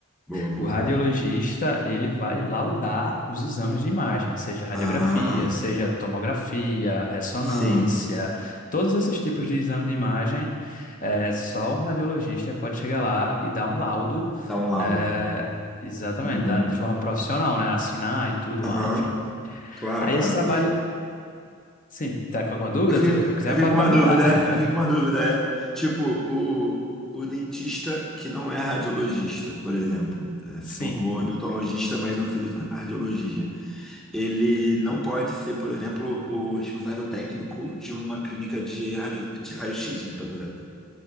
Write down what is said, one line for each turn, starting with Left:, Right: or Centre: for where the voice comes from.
Centre: Boa, boa,
Left: O radiologista,
Centre: boa.
Left: ele vai laudar os exames de imagem, seja radiografia,
Centre: Ah,
Left: seja tomografia, ressonância,
Centre: sim.
Left: todos esses tipos de exame de imagem, é, só um radiologista pode chegar lá e dar um laudo,
Centre: Dá um laudo.
Left: é, exatamente,
Centre: Uhum.
Left: da- de forma profissional, né? Assinar e tudo
Centre: Aham.
Left: lá, enfim.
Centre: Claro,
Left: Aí
Centre: claro.
Left: esse trabalho, sim, tá com alguma dúvida?
Centre: Eu fiquei,
Left: Tipo,
Centre: eu
Left: se quiser
Centre: fiquei
Left: pode
Centre: com uma
Left: perguntar.
Centre: dúvida,
Left: <laughs>
Centre: é, eu fiquei com uma dúvida, é. Tipo, o, o dentista que não é radiologista, por exemplo, é, se
Left: Sim.
Centre: formou em odontologista, mas não fez radiologia. Ele não pode ser, por exemplo, o responsável técnico de uma clínica de radio, de raio-x, não estou ligado.